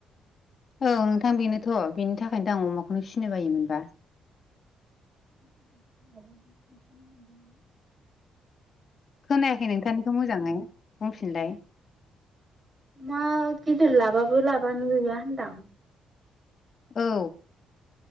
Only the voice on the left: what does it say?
औ नोंथां बेनोथ' बेनि थाखायनो आं अमाखौनो फिसिनो बायोमोनबा।
खोनायाखै नोंथांनिखौ मोजाङै बुंफिनलाय
औ।